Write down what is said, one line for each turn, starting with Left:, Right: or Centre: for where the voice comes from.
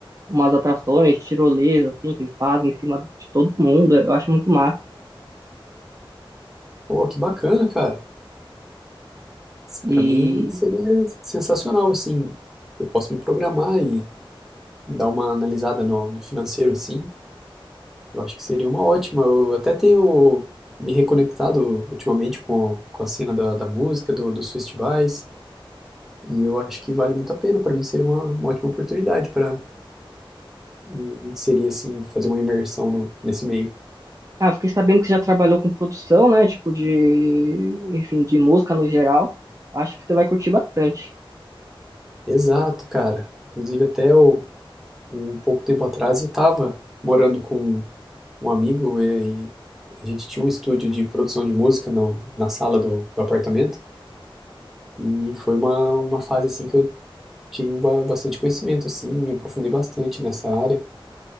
Right: umas atrações, tirolesa, assim, que eles fazem em cima de todo mundo. Eu acho muito massa.
Centre: Pô, que bacana, cara.
Right: E,
Centre: Para mim seria sensacional, assim. Eu posso me programar e dar uma analisada no, no financeiro, assim. Eu acho que seria uma ótima. Eu até tenho me reconectado ultimamente com, com a cena da, da música, do- dos festivais, e eu acho que vale muito a pena. Para mim seria uma, uma ótima oportunidade para me, me inserir, assim, fazer uma imersão no, nesse meio.
Right: ah, fiquei sabendo que você já trabalhou com produção, né? Tipo, de, enfim, de música no geral. Acho que você vai curtir bastante.
Centre: Exato, cara. Inclusive, até o, um pouco tempo atrás eu estava morando com um amigo e a gente tinha um estúdio de produção de música no, na sala do, do apartamento e foi uma, uma fase assim que eu tive bastante conhecimento assim, me aprofundei bastante nessa área